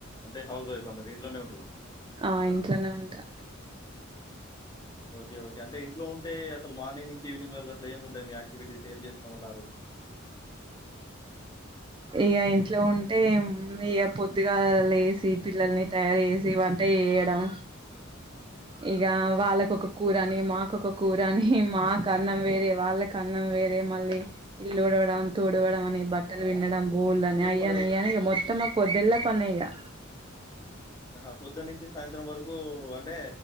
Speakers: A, on the left (about 20°); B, on the right (about 25°).
A: అంటే హౌస్ వైఫ్ అన్నారు ఇంట్లోనే ఉంటారు
B: ఆ ఇంట్లనే ఉంటా
A: ఓకే ఓకే అంటే ఇంట్లో ఉంటే అసలు మార్నింగ్ నుంచి ఈవినింగ్ వరకు అసలు ఏము ఉంటాయి మీ యాక్టివిటీస్ ఏం చేస్ టౌతరు
B: ఇగ ఇంట్లో ఉంటే ఇక పొద్దుగాల లేసి పిల్లల్ని తయారు చేసి వంట చేయడం ఇగా వాళ్ళకోక కూరని మాకొక కూర అని మాకు అన్నం వేరే వాళ్ళకి అన్నం వేరే మళ్ళీ ఇల్లుడువ డం తుడవడం అని బట్టలు పిండడం బోల్లనే
A: ఎందుకు
B: అయ్యాని
A: అందరూ
B: అయ్యాను మొత్తం మా పోద్దులా పనియ్యా
A: ఆహ పొద్దున్న నుంచి సాయంత్రం వరకు అ అంటే